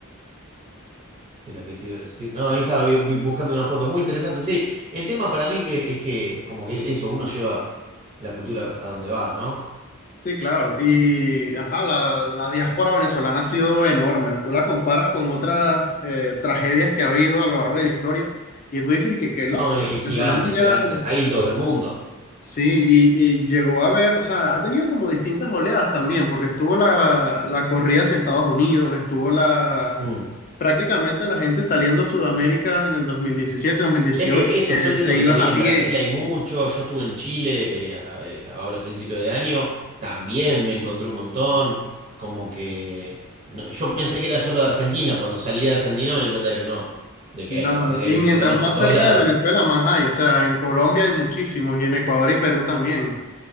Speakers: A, on the right (about 25°); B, on the left (about 35°).
A: Espera, ¿qué te iba a decir? No, ahí estaba vi- bu- buscando una foto muy interesante. Sí, el tema para mí que es que, como que eso, uno lleva la cultura a donde va, ¿no?
B: Sí, claro. Y, ajá, la, la diáspora venezolana ha sido enorme. Tú la comparas con otras eh, tragedias que ha habido a lo largo de la historia y tú dices y que qué loco,
A: No, es,
B: los
A: es
B: venezolanos
A: gigante, es
B: ya,
A: gigante. Hay en todo el mundo.
B: Sí, y, y llegó a ver, o sea, ha tenido como distintas oleadas también, porque estuvo la, la corrida hacia Estados Unidos, estuvo la,
A: Mm.
B: prácticamente la gente saliendo a Sudamérica en el dos dos mil diecisiete dos mil dieciocho
A: Es que eso,
B: que
A: yo entiendo
B: se
A: que
B: iban
A: también
B: a
A: en
B: pie.
A: Brasil hay mucho. Yo estuve en Chile eh, a- eh, ahora a principio de año, también me encontré un montón. Como que. no- yo pensé que era solo de Argentina. Cuando salí de Argentina me di cuenta de que no, de
B: No,
A: que hay, la verdad
B: no.
A: que
B: Y
A: hay venezolanos
B: mientras más
A: por todos
B: cerca
A: lados.
B: de Venezuela, más hay. O sea, en Colombia hay muchísimos y en Ecuador y Perú también.